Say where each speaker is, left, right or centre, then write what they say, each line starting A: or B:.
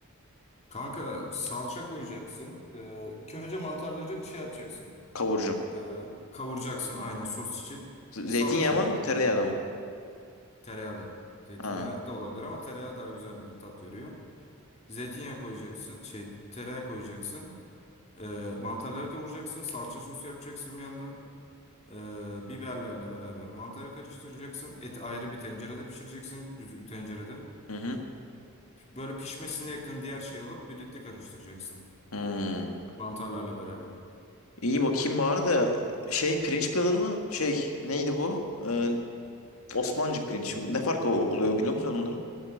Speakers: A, on the left; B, on the left.
A: Kanka salça koyacaksın. Ee, ilk önce mantarları şey yapacaksın.
B: Kavuracağım.
A: Ee, kavuracaksın aynen sos için.
B: Z-
A: Salça,
B: Zeytinyağı mı? Tereyağı da mı?
A: tereyağı da. Zeytinyağı
B: Ha.
A: da olabilir ama tereyağı daha güzel bir tat veriyor. Zeytinyağı koyacaksın. Şey tereyağı koyacaksın. Ee, mantarları kavuracaksın. Salça sosu yapacaksın bir yandan. Ee, biberlerle beraber mantarı karıştıracaksın. Eti ayrı bir tencerede pişireceksin. Düdüklü tencerede.
B: Hı hı.
A: Böyle pişmesine yakın diğer şeyi alıp birlikte karıştıracaksın.
B: Hmm.
A: Mantarlarla beraber.
B: İyi bakayım bari de şey pirinç pilalı mı? Şey neydi bu? Ee, Osmancık pirinç. Ne farkı o- oluyor biliyor musun onların?